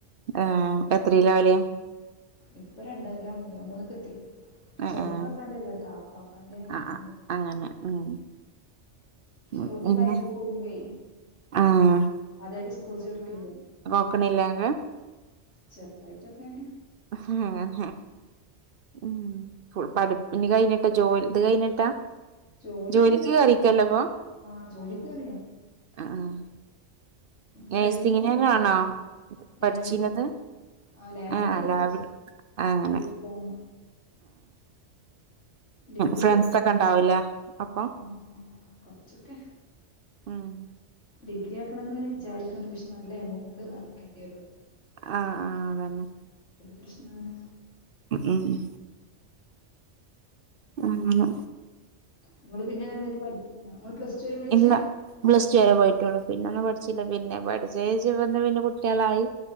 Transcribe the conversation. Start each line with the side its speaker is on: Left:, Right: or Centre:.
Right: ആഹ് എത്രേല ഓല്.
Left: ഇപ്പൊ രണ്ടര മൂന്ന മൂന്നക്കെ എത്തി.
Right: ഏഹ്
Left: സ്വന്തം
Right: ഏഹ്
Left: കാക്കാന്റെല്ലട്ടോ അപ്പാ അപ്പാന്റെ അങ്ങനെ
Right: ആഹ് ആഹ് അങ്ങനെ ഉം
Left: പക്ഷെ
Right: ഉം
Left: അവർക്ക്
Right: പിന്നെ
Left: ഭയങ്കര പൊതുമായി
Right: ആഹ്
Left: ആദ്യായിട്ട് സ്കൂൾ ചേർക്കില്ല.
Right: നോക്കണില്ലേങ്കെ
Left: ചെറുതായിട്ടൊക്കെയാണ്.
Right: അഹ് ഹ് ഹിം. മ് പഠിപ്പന് കഴിഞ്ഞിട്ടാ ജോലി ഇത് കഴിഞ്ഞിട്ടാ
Left: ജോലിയൊക്കെ
Right: ജോലിക്ക്
Left: കിട്ടിക്ക്ണ്
Right: കേറിക്കല്ലോ ഇപ്പൊ
Left: ആ ജോലിയൊക്കെ കേറി.
Right: ആഹ് ആഹ്
Left: ട്രൈനിങ്ങിന്
Right: നേഴ്സിങ്ങിനെന്നാണോ
Left: കേറി ലാബിലാ.
Right: പഠിച്ചീനത്
Left: ആ ലാബിന്റെത
Right: ആഹ് ആഹ്
Left: പഠിച്ചേ
Right: രാവിലെ അങ്ങനെ
Left: ഡിപ്ലോമ. ഡിഗ്രി
Right: ഫ്രണ്ട്സ്
Left: പഠിച്ചിട്ടില്ല
Right: ഒക്കെ ഉണ്ടാവലെ അപ്പൊ.
Left: ആഹ് കൊറച്ചൊക്കെ
Right: മ്
Left: ഡിഗ്രി ആക്കണംന്ന് ഇങ്ങനെ വിചാരിക്കുന്നുണ്ട് പക്ഷെ നല്ല എമൗണ്ട് അറക്കേണ്ടി വരുള്ളൂ.
Right: ആഹ് ആഹ് അതന്നെ.
Left: പ്രശ്നാണ്.
Right: മ്മ്. മ്മ്.
Left: നിങ്ങള് പിന്നെ എന്തിലും പഠിച്ചിനോ ഇവള് പ്ലസ് ടു വരെ പഠിച്ചെ
Right: ഇല്ല ബ്ലസ്ട്ടു വരെ പോയി. പ പിന്ന ഒന്നും പഠിച്ചില്ല പിന്നെ പഠിച്ച പിന്നെ <unintelligible> കുട്ടികളായി